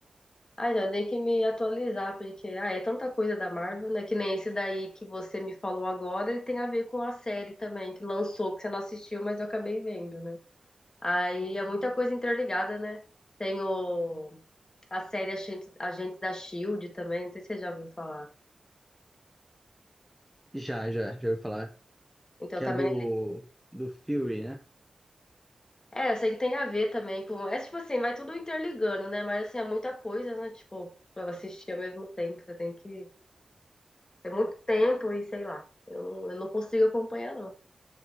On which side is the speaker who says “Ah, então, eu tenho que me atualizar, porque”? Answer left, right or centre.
Left